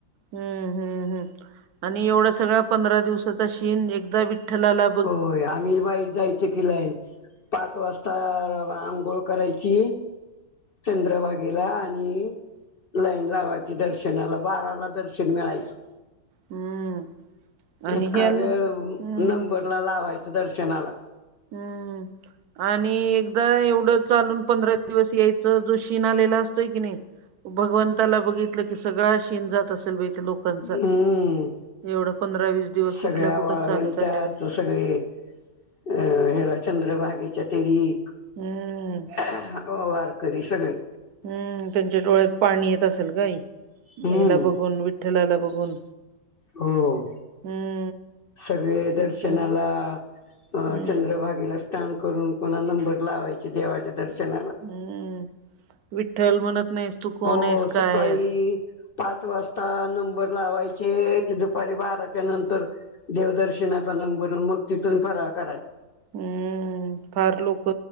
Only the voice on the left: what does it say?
होय, आम्ही बाई जायच कीलाईन. पाच, वाजता आंघोळ करायची. चंद्रभगेला, आणि लाईन लावायांची, दर्शनाला बाराला दर्शन मिळायचं.
इतका,
वेळ
नंबरला लावायचं दर्शनाला,
हम्म
सगळ्या
वाळवंटात
सगळे, अ ह्याला चंद्रभागेच्या तेरी,
हो, वारकरी सगळे,
हम्म
हो
सगळे,
दर्शनाला
अ
चंद्रभागेला, साथन, करून पुन्हा नंबर, लावायचे देवाच्या दर्शनाला,
हो,
सकाळी,
पाच, वाजता नंबर लावायचे, ते दुपारी बाराच्या नंतर, देवदर्शनाचा, नंबर मग तिथून, फरा करायचा